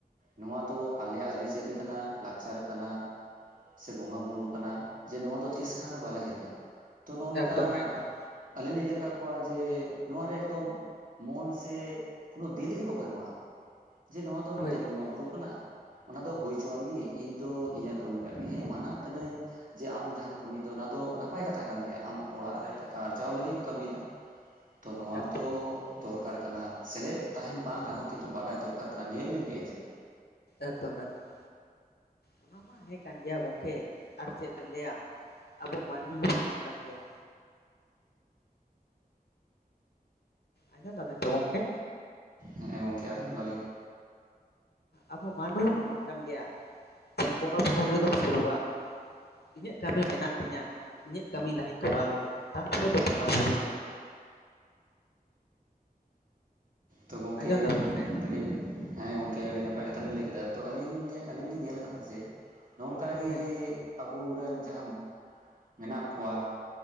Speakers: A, on the right; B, on the left.
A: ᱱᱚᱣᱟ ᱫᱚ ᱟᱞᱮᱭᱟᱜ ᱟᱹᱞᱤ-ᱪᱟᱹᱨᱤ ᱠᱟᱱᱟ, ᱞᱟᱠᱪᱟᱨ ᱠᱟᱱᱟ ᱥᱮ ᱵᱚᱸᱜᱟ-ᱵᱩᱨᱩ ᱠᱟᱱᱟ᱾ ᱡᱮ ᱱᱚᱣᱟ ᱫᱚ ᱛᱤᱥ ᱠᱷᱟᱱ ᱨᱮ ᱵᱟᱞᱮ ᱦᱤᱨᱤᱧᱟ ᱛᱚ ᱱᱚᱱᱠᱟ᱾
B: ᱮᱠᱫᱚᱢ ᱮᱠᱫᱚᱢ
A: ᱟᱹᱞᱤᱧ ᱞᱤᱸ ᱧᱮᱞ ᱠᱟᱜ ᱠᱚᱣᱟ ᱡᱮ ᱱᱚᱣᱟᱨᱮ ᱮᱠᱫᱚᱢ ᱢᱚᱱ ᱥᱮ ᱠᱳᱱᱳ ᱫᱤᱞᱜᱮ ᱵᱟᱠᱚ ᱮᱢᱟᱜᱼᱟ, ᱡᱮ ᱱᱚᱣᱟ ᱫᱚ ᱢᱤᱴᱮᱜ
B: ᱦᱳᱭ ᱜᱚᱝᱠᱮ
A: ᱵᱚᱸᱜᱟ-ᱵᱩᱨᱩ ᱠᱟᱱᱟ! ᱚᱱᱟ ᱫᱚ ᱦᱩᱭ ᱪᱚᱣᱟᱱ ᱜᱮ ᱤᱧ ᱫᱚ ᱤᱧᱟᱹᱜ ᱠᱟᱢᱤ ᱠᱟᱜ ᱞᱤᱜᱤ ᱦᱮᱸ ᱢᱟᱱᱟᱜ ᱠᱟᱹᱱᱟᱹᱧ ᱡᱮ ᱟᱢ ᱡᱟᱦᱟᱢ ᱠᱟᱢᱤᱭᱫᱟ ᱚᱱᱟ ᱫᱚ ᱱᱟᱯᱟᱭ ᱠᱟᱛᱷᱟ ᱠᱟᱱ ᱜᱮᱭᱟ ᱟᱢ ᱚᱲᱟᱜ ᱨᱮ
B: ᱮᱠᱫᱚᱢ
A: ᱴᱟᱠᱟ ᱟᱨᱡᱟᱣ
B: ᱮᱠᱫᱚᱢ
A: ᱞᱟᱜᱤᱜ ᱮᱢ ᱠᱟᱢᱤᱭᱫᱟ ᱛᱚ ᱱᱚᱣᱟ
B: ᱮᱠᱫᱚᱢ
A: ᱫᱚ ᱫᱚᱨᱠᱟᱨ ᱠᱟᱱᱟ, ᱥᱮᱞᱮᱜ ᱛᱟᱦᱮᱱ ᱵᱟᱝ ᱨᱮᱦᱚᱸ ᱠᱤᱛᱩ ᱵᱟᱰᱟᱭ ᱫᱚᱨᱠᱟᱨ ᱠᱟᱱᱟ, ᱱᱤᱭᱟᱹ ᱜᱮᱞᱤᱧ ᱞᱟᱹᱭ ᱪᱚᱭᱟ᱾
B: ᱮᱠᱫᱚᱢ, ᱮᱠᱫᱚᱢ᱾ ᱚᱱᱟ ᱢᱟ ᱦᱮ ᱠᱟᱱ ᱜᱮᱭᱟ ᱜᱚᱝᱠᱮ ᱟᱨ ᱪᱮᱜ ᱵᱮᱱ ᱞᱟᱹᱭᱟ! ᱟᱵᱚ ᱢᱟᱱᱢᱤ ᱦᱚᱵᱚᱱ ᱚᱱᱠᱟᱱ ᱜᱮᱭᱟ᱾ ᱟᱸᱡᱚᱢ ᱫᱟᱵᱮᱱ ᱛᱚ ᱜᱚᱝᱠᱮ?
A: ᱦᱮᱸ ᱜᱚᱝᱠᱮ, ᱟᱡᱚᱢ ᱫᱟᱞᱤᱧ᱾
B: ᱟᱵᱚ ᱢᱟᱱᱢᱤ ᱦᱚᱵᱚᱱ ᱚᱱᱠᱟᱱ ᱜᱮᱭᱟ ᱪᱮᱫ ᱵᱚᱸᱜᱟ-ᱵᱩᱨᱩ ᱨᱮᱫᱚᱢ ᱥᱩᱨᱩᱜᱼᱟ? ᱤᱧᱟᱹᱜ ᱠᱟᱹᱢᱤ ᱢᱮᱱᱟᱜ ᱛᱤᱧᱟᱹ ᱤᱧᱟᱹᱜ ᱠᱟᱹᱢᱤ ᱞᱟᱦᱟᱧ ᱠᱚᱨᱟᱣ ᱞᱮᱜᱮ ᱛᱟᱨᱯᱚᱨᱮ ᱫᱚ ᱵᱚᱸᱜᱟ ᱵᱩᱨᱩ,
A: ᱛᱚ ᱜᱚᱢᱠᱮ
B: ᱟᱸᱡᱚᱢ ᱫᱟᱵᱮᱱ ᱥᱮ
A: ᱟᱹᱰᱤ ᱦᱮᱸ ᱜᱚᱝᱠᱮ ᱟᱹᱰᱤ ᱱᱟᱯᱟᱭ ᱠᱟᱛᱷᱟ ᱵᱮᱱ ᱞᱟᱹᱭ ᱠᱮᱫᱟ ᱛᱚ ᱟᱹᱞᱤᱧ ᱧᱮᱞ ᱟᱞᱤᱧ ᱞᱤᱧ ᱧᱮᱞ ᱟᱠᱟᱫᱟ ᱡᱮ ᱱᱚᱝᱠᱟᱜᱤ
B: ᱦᱮᱸ
A: ᱟᱵᱚᱨᱮᱱ ᱡᱟᱦᱟᱸ ᱢᱮᱱᱟᱜ ᱠᱚᱣᱟ